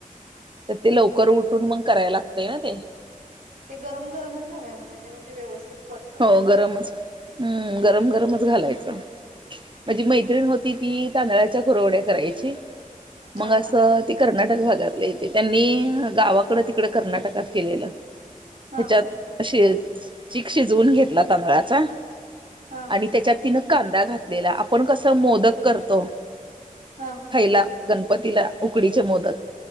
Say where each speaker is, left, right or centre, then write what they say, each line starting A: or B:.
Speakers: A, on the right (about 35°); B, on the right (about 80°).
A: तर ते लवकर उठून मग करायला लागतय ना ते.
B: ते गरम गरमच घालायला पाहिजे, म्हणजे व्यवस्थित पडणार
A: हो,
B: ना
A: गरमचं हम गरम गरमच घालायचं. म्हणजे मैत्रिण होती, ती तांदळाच्या कुरवड्या करायची
B: हा
A: मग अस कर्नाटक भागातले येतयं, त्यांनी गावाकड तिकड कर्नाटकात केलेलं.
B: हा
A: ह्याच्यात अशी चीक शिजवून घेतला तांदळाचा.
B: हा
A: आणि त्याच्यात तिनं कांदा घातलेला, आपण कसं मोदक करतो.
B: हा
A: खायला गणपतीला उकडीचे मोदक